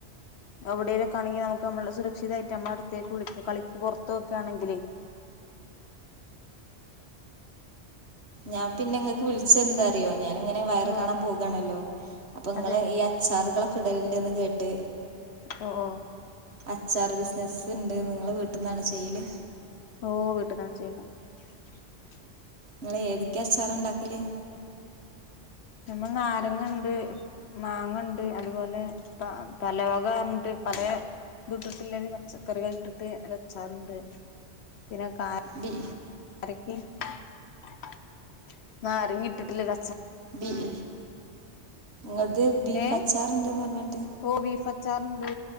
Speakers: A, on the left (about 70°); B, on the right (about 70°).
A: എവിടേലും നിക്കാണെങ്കി നമുക്ക് നമ്മള് സുരക്ഷിതരായിട്ട് നമ്മടടുത്തേക്ക് വിളിക്കാം കളിക്ക് പൊറത്തുവൊക്കെയാണെങ്കിലെ
B: ഞാപിന്നെ ഇങ്ങക്ക് വിളിച്ചയെന്താറിയോ ഞാനിങ്ങനെ വയറുകാണാൻ
A: ഓ
B: പോകുവാണല്ലോ അപ്പൊ ഇങ്ങള്
A: അതെ
B: ഈ അച്ചാറുകളൊ <unintelligible> തെ
A: ഓ ഓ
B: അച്ചാറ് ബിസിനസിണ്ട് നിങ്ങൾടെ വീട്ടിന്നാണൊ ചെയ്യല്
A: ഓ വീട്ട്ന്നാണ് <inaudible> <unintelligible>
B: നിങ്ങള് ഏതൊക്കെയാ അച്ചാറുണ്ടാക്കല്
A: നമ്മള് നാരങ്ങൊണ്ട് മാങ്ങൊണ്ട് അതുപോലെ പാ പലവകൊണ്ട് പലെ ഇതിട്ടിട്ടൊള്ളൊരു പച്ചക്കറികളിട്ടിട്ട് ഒരച്ചാറിണ്ട് <unintelligible>
B: ബി
A: <unintelligible> നാരെങ്ങ ഇട്ടിട്ടുളള
B: മം ഇങ്ങക്ക് ബീഫച്ചാറിണ്ടീന്ന്
A: ഏഹ്
B: പറഞ്ഞു
A: ഓ ബീഫച്ചാറിണ്ട്